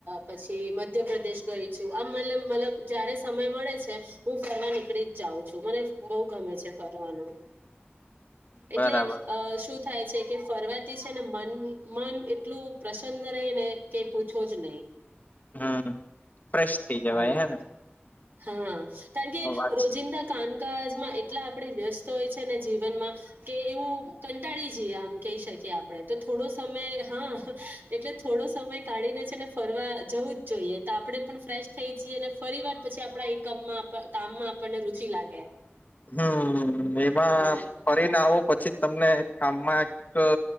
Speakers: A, on the right (about 50°); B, on the left (about 40°).
A: પછી મધ્યપ્રદેશ ગઈ છું આમ મતલ મતલબ જયારે સમય મળે છે હું ફરવા નીકળી જ જાઉં છું મને બહુ ગમે છે ફરવાનું.
B: બરાબર
A: એટલે અ શું થાય છે કે ફરવાથી છે ને મન મન એટલું પ્રસન્ન રેય ને કે પૂછો જ નહી.
B: હા. ફ્રેશ થઈ જવાય
A: હા
B: હે ને.
A: હા. કારણ કે
B: વાત
A: રોજિંદા
B: છે.
A: કામ તાજ માં એટલા આપડે વ્યસ્ત હોય છે ને જીવનમાં કે એવું કંટાળી જઈએ આમ. કેઈ શકીએ આપડે તો થોડો સમય હા એટલે થોડો સમય કાઢીને છે ને ફરવા જવું જ જોઈએ તો આપડે પણ ફ્રેશ થઈ જીએ અને ફરી વાર પછી આપડા એ કમાં કામમાં આપણને રુચિ લાગે.
B: હમ એમાં
A: હમ
B: ફરીને આવો પછી તમને કામમાં ક